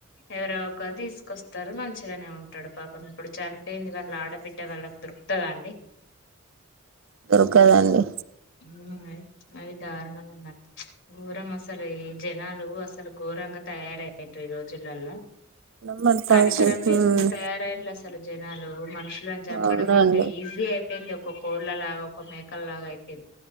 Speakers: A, on the left; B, on the right.
A: ఎవరో ఒకర్ తీసుకొస్తారు మంచిగనే ఉంటాడు పాపం ఇప్పుడు చనిపోయింది వాళ్ళు ఆడబిడ్డే వల్లా దొరు తదా అండి
B: దొరుకదండి
A: ఉమ్ అది అది ధారూనం అన్న ఘోరం అసలు ఈ జనాలు అసలు ఘోరంగా తయారయ్యిరూ ఈ రోజులలా
B: నమ్మంత
A: కనికరం
B: అవసరం
A: లేకుండా
B: ఉమ్
A: తయారైరూ అసలు జెన్ జనాలు మనుషులను చంపడం
B: అవునండి
A: అంటే ఈజీ అయిపోయింది ఒక కోళ్ళలాగా ఒక మేకలాగా అయి పోంది